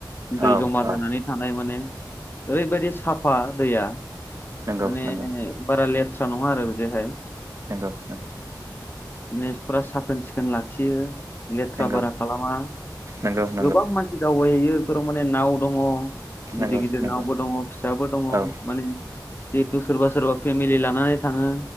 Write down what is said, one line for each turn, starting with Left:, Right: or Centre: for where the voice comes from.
Left: दै
Right: औ
Left: जमा
Right: औ
Left: जानानै थानाय माने ओरैबायदि साफा दैया
Right: नंगौ
Left: माने
Right: नंगौ
Left: बारा लेट थ्रा नङा आरो बिदिहाय।
Right: नोंगौ नोंगौ।
Left: माने फुरा साखोन सिखोन लाखियो लेथ्रा
Right: नंगौ
Left: बारा खालामा।
Right: नंगौ नंगौ
Left: गोबां मानसि दावबायहैयो फोराव माने नाव दङ। गिदिर
Right: नंगौ
Left: गिदिर
Right: नंगौ
Left: नावबो दङ फिसो दङ
Right: औ
Left: माने जिहेथु सोरबा सोरबा फेमिलि लानानै थाङो